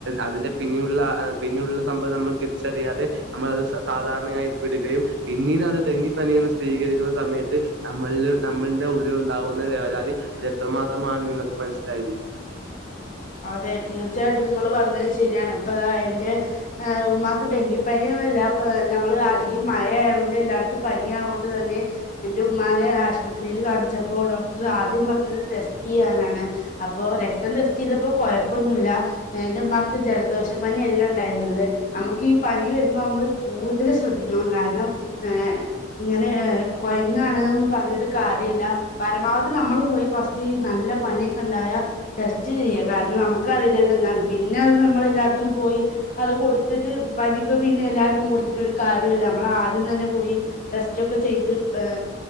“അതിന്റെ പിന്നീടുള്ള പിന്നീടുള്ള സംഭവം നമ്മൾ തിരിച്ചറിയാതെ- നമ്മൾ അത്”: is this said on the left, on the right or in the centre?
Right